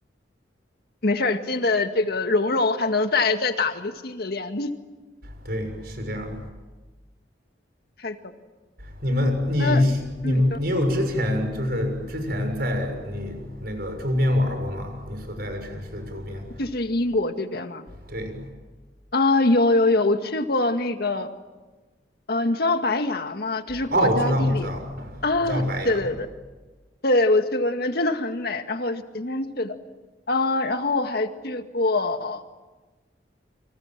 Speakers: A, on the left; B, on the right.
A: 没事儿，金的这个蓉融还能再再打一个新的链子，
B: 对，是这样。
A: <laughs> 太可怕。
B: 你们，你是你们，
A: 那嗯，就
B: 你有之前就是之前在你那个周边玩过吗？你所在的城市的周边？
A: 就是英国这边嘛，
B: 对，
A: 啊，有有有，我去过那个，呃，你知道白崖吗？就是国家地理。
B: 哦，我知道，我知道，
A: 啊，
B: 我知道白牙。
A: 对对对。对，我去过那边，真的很美。然后我是晴天去的，嗯，然后我还去过